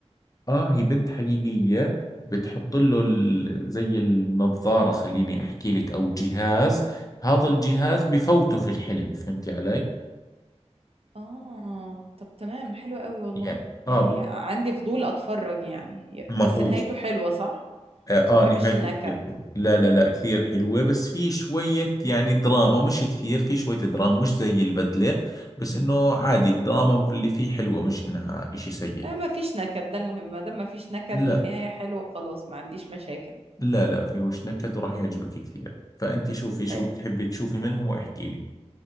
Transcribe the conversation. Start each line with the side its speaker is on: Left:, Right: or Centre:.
Left: اه هي بنت حقيقية بتحط له ال- زي النظارة خليني احكي لك او جهاز هذا الجهاز بفوته في الحلم فهمتي علي
Right: آه طب تمام حلوة قوي والله
Left: يعني
Right: يعني
Left: اه بال-
Right: عندي فضول أتفرج يعني
Left: ما
Right: بس
Left: هو
Right: نهايته حلوة صح؟
Left: اه
Right: بس ما بحبش
Left: آه، نهايته
Right: النكد
Left: كثير حلوة لا لا لا كثير حلوة بس في شوية يعني دراما مش كثير في شوية دراما مش زي البدلة بس انه عادي الدراما اللي فيه حلوة مش انها اشي سيء
Right: آه ما فيش نكد ده المهم ما دام ما فيش نكد
Left: لا
Right: والنهاية حلوة خلاص ما عنديش مشاكل
Left: لا لا فيهوش نكد وراح يعجبك كثير فانت شوفي
Right: حلو.
Left: شو بتحبي تشوفي منهم واحكي لي